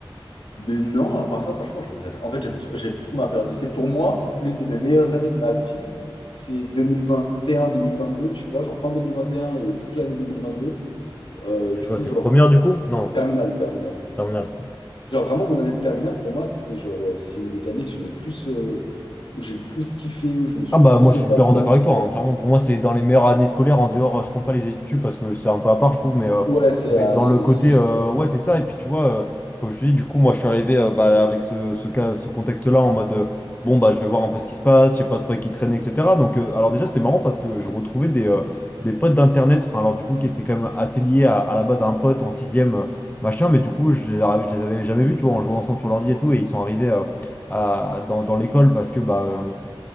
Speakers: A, on the left (about 70°); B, on the left (about 20°).
A: mais non, à part ça, franchement, je regrette. En fait, j'aime trop, j'aime trop ma période de lycée. Pour moi, l'une de mes meilleures années de ma vie, c'est 2021-2022, tu vois, genre fin 2021 et un et toute l'année 2022. Euh,
B: C'est
A: du
B: quoi,
A: coup,
B: c'est
A: genre,
B: première, du coup? Non,
A: terminal, terminal.
B: terminale.
A: Genre vraiment mon année de terminale pour moi c'était genre euh, c'est une des années que j'ai le plus euh, où j'ai le plus kiffé où je me suis
B: Ah bah
A: le plus
B: moi je
A: épanoui
B: suis clairement d'accord
A: etc.
B: avec toi, hein. Clairement pour moi c'est dans les meilleures années scolaires, en dehors euh, je compte pas les études sup parce que c'est un peu à part je trouve, mais, euh,
A: Ouais c'est
B: mais
A: ah,
B: dans
A: c'est
B: le côté
A: c'est-
B: euh,
A: ouais.
B: ouais c'est ça et puis tu vois euh, comme je te dis du coup moi je suis arrivé euh, bah, avec ce, ce cas, ce contexte-là en mode euh, bon bah je vais voir un peu ce qui se passe, je sais pas trop avec qui traîner etc. Donc euh, alors déjà c'était marrant parce que je retrouvais des, euh, des potes d'internet, enfin alors du coup qui étaient quand même assez liés à, à la base à un pote en sixième euh, machin mais du coup je les, arri- je les avais jamais vus tu vois on jouait ensemble sur l'ordi et tout et ils sont arrivés euh, à- dans, dans l'école parce que bah euh,